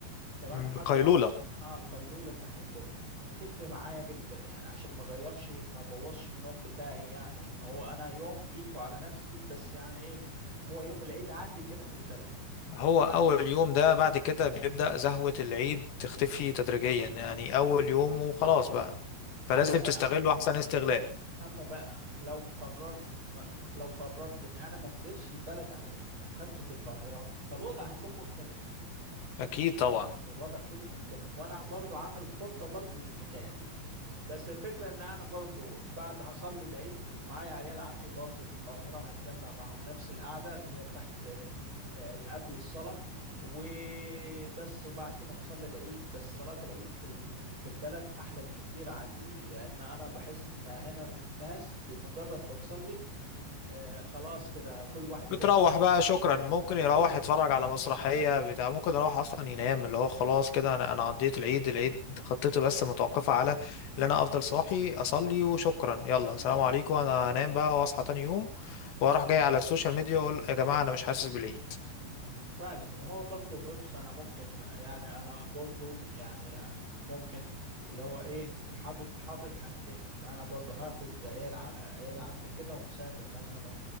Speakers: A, on the right (about 25°); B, on the left (about 70°).
A: تمام
B: م،
A: لحد
B: قيلولة
A: العصر اه القيلولة بتاعت الظهر هتكفي معايا جدا يعني عشان ما اغيرش ما بوظش النوم بتاعي يعني هو انا يوم جيته على نفسي بس يعني ايه هو يوم العيد عندي كده في البلد
B: هو
A: تمام
B: أول يوم ده بعد كده بيبدأ زهوة العيد تختفي تدريجيا يعني أول يوم وخلاص بقى فلازم
A: اما بقى
B: تستغله أحسن استغلال
A: اما بقى لو قررت ما- لو قررت ان انا ما انزلش البلد على العيد وخدته في القاهرة فالوضع هيكون مختلف
B: أكيد طبعا
A: الوضع كله مختلف وانا برضو عامل خطة برضو للحكاية دي بس الفكرة ان انا برضو بعد هصلي العيد معايا عيال عمي برضو في القاهرة هتجمع معاهم نفس القعدة اللي هي تحت آه، قبل الصلاة وبس وبعد كده هصلي العيد بس صلاة العيد في ال- في البلد احلى بكتير عندي لان انا بحس ان هنا الناس بمجرد بتصلي آه، خلاص كده كل واحد
B: بتروح
A: يروح ينام
B: بقى شكرا ممكن يروح
A: شكرا
B: يتفرج على مسرحية بتاع ممكن يروح أصلا ينام اللي هو خلاص كده أنا أنا قضيت العيد العيد خطتي بس متوقفة على إن أنا أفضل صاحي أصلي وشكرا يلا سلام عليكم أنا هنام بقى وأصحى تاني يوم وأروح جاي على السوشيال ميديا وأقول يا جماعة أنا مش حاسس بالعيد
A: فعلا وهو برضو بص انا ممكن يعني انا برضو يعني ممكن اللي هو ايه حاطط حاطط حاجتين ان انا برضو هاخد عيال ع- عيال عمي كده ونسافر مثلا